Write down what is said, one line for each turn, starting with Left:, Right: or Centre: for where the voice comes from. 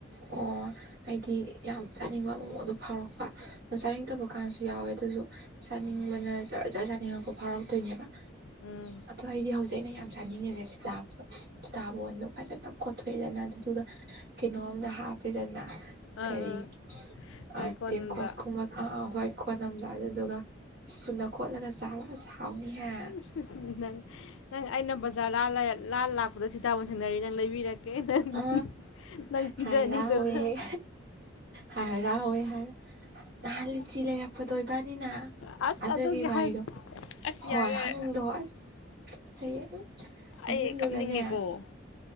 Right: ꯑꯣ ꯑꯩꯗꯤ ꯌꯥꯝ ꯆꯥꯅꯤꯡꯕ ꯃꯑꯣꯡ ꯑꯗꯨ ꯐꯥꯎꯔꯛꯄ ꯑꯥ ꯆꯥꯅꯤꯡꯗꯕ ꯀꯥꯟꯗꯁꯨ ꯌꯥꯎꯋꯦ ꯑꯗꯨꯁꯨ ꯆꯥꯅꯤꯡꯕꯅ ꯖꯔ ꯖꯔ ꯆꯥꯅꯤꯡꯉꯛꯄ ꯐꯥꯎꯔꯛꯇꯣꯏꯅꯦꯕ
Left: ꯎꯝ
Right: ꯑꯗꯣ ꯑꯩꯗꯤ ꯍꯧꯖꯤꯛ ꯑꯩꯅ ꯌꯥꯝ ꯆꯥꯅꯤꯡꯉꯤꯁꯦ ꯁꯤꯇꯥꯕꯣꯟ ꯁꯤꯇꯥꯕꯣꯟꯗꯣ ꯐꯖꯅ ꯀꯣꯊꯣꯛꯑꯦꯗꯅ ꯑꯗꯨꯗꯨꯒ ꯀꯩꯅꯣ ꯑꯝꯗ ꯍꯥꯞꯄꯦꯗꯅ
Left: ꯑꯥ
Right: ꯀꯔꯤ
Left: ꯑꯥ ꯍꯣꯏ
Right: ꯑ
Left: ꯀꯣꯟꯅꯨꯡꯗ
Right: ꯇꯦꯡꯀꯣꯠ ꯀꯨꯝꯕ ꯑꯥ ꯍꯣꯏ ꯀꯣꯟ ꯑꯝꯗꯥ ꯑꯗꯨꯗꯨꯒ ꯁ꯭ꯄꯨꯟꯅ ꯀꯣꯠꯂꯒ ꯆꯥꯕ ꯑꯁ ꯍꯥꯎꯅꯤꯍꯦ
Left: ꯍꯨꯝ ꯍꯨꯝ ꯅꯪ ꯅꯪ ꯑꯩꯅ ꯕꯖꯥꯔ ꯂꯥꯜꯂ ꯂꯥꯜ ꯂꯥꯛꯄꯗ ꯁꯤꯇꯥꯥꯕꯟ ꯊꯦꯡꯅꯔꯗꯤ ꯅꯪ ꯂꯩꯕꯤꯔꯛꯒꯦ ꯀꯦ ꯅꯪ
Right: ꯑ
Left: ꯅꯪ ꯄꯤꯖꯅꯤ
Right: ꯍꯔꯥꯎꯋꯦ
Left: ꯑꯗꯨꯒ
Right: ꯍꯔꯥꯎꯋꯦ ꯍꯥꯢ ꯅꯍꯥꯟ ꯂꯤꯆꯤ ꯂꯩꯔꯛ ꯄꯗꯣ ꯏꯕꯥꯟꯅꯤꯅ
Left: ꯑꯁ
Right: ꯑꯗꯨꯒꯤ
Left: ꯍꯟ
Right: ꯋꯥꯔꯤꯗꯣ
Left: ꯑꯁ
Right: ꯍꯣꯏ
Left: ꯌꯥꯔꯦ ꯌꯥꯔꯦ
Right: ꯍꯟꯗꯣ ꯑꯁ ꯇꯨꯆꯩꯌꯦ ꯎꯝ ꯑꯗꯨꯗꯨꯒꯅꯦ
Left: ꯑꯩ ꯀꯞꯅꯤꯡꯉꯦꯀꯣ